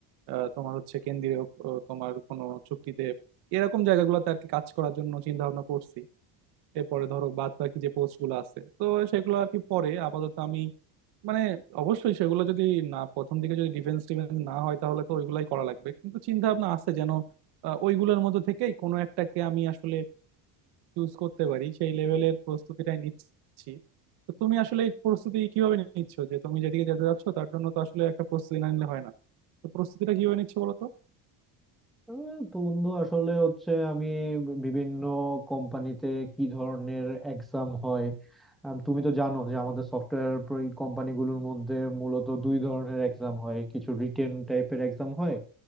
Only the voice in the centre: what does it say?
উম, বন্ধু আসলে হচ্ছে আমি বিভিন্ন কোম্পানিতে কি ধরনের এক্সাম হয় আম, তুমি তো জানো যে আমাদের সফটওয়্যার কোম্পানিগুলোর মধ্যে মূলত দুই ধরনের এক্সাম হয় কিছু রিটেন টাইপের এক্সাম হয়